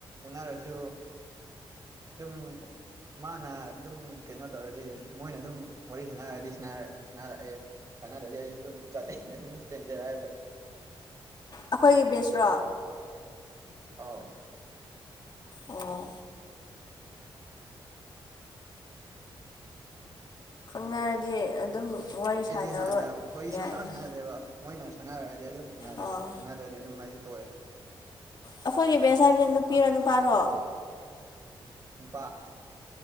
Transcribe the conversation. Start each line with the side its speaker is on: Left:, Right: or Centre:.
Right: ꯎꯅꯔꯁꯨ ꯑꯗꯨꯝ ꯃꯥꯅ ꯑꯗꯨꯝ ꯀꯩꯅꯣ ꯇꯧꯔꯗꯤ ꯃꯣꯏꯅ ꯑꯗꯨꯝ ꯋꯥꯔꯤ ꯁꯥꯟꯅꯔꯗꯤ ꯁꯥꯟꯅꯔꯛꯑꯦ ꯁꯅꯥ ꯔꯗꯤ ꯑꯩꯁꯨ ꯑꯗꯨꯨꯝ ꯆꯠꯂꯦ ꯏꯁꯇ꯭ꯔꯦꯟꯖꯔ
Left: ꯑꯩꯈꯣꯏꯒꯤ ꯕꯦꯁ꯭ꯔꯣ
Right: ꯑꯧ
Left: ꯑꯣ ꯈꯪꯅꯔꯗꯤ ꯑꯗꯨꯝ ꯋꯥꯔꯤ
Right: ꯑꯩꯗꯤ
Left: ꯁꯥꯟꯅꯕ
Right: ꯍꯥꯟꯅ ꯋꯥꯔꯤ ꯁꯨꯡꯁꯥ
Left: ꯌꯥꯏꯅꯦ
Right: ꯁꯥꯟꯅꯗꯦꯕ ꯃꯣꯏꯅ ꯁꯥꯟꯅꯔꯒꯗꯤ ꯑꯗꯨꯝ ꯁꯥꯟꯅꯔꯛꯑꯦ
Left: ꯑꯥ
Right: ꯁꯥꯟꯅꯗ꯭ꯔꯗꯤ ꯑꯗꯨꯝ ꯑꯩꯁꯨ ꯇꯣꯛꯑꯦ
Left: ꯑꯩꯈꯣꯏꯒꯤ ꯕꯦꯁ ꯍꯥꯏꯕꯁꯤ ꯅꯨꯄꯤꯔꯣ ꯅꯨꯄꯥꯔꯣ
Right: ꯅꯨꯄꯥ